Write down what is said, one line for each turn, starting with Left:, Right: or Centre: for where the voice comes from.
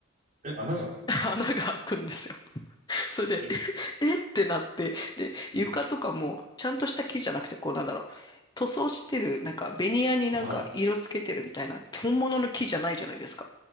Right: え、穴が開く
Left: <laughs> 穴が開くんですよ。<laughs> それで、
Right: え、
Left: え <laughs> えってなって、で、床とかも、
Right: うん、
Left: ちゃんとした木じゃなくて、こうなんだろう、塗装してる、なんか、ベニヤになんか色つけてるみたいな、
Right: はい、
Left: 本物の木じゃないじゃないですか。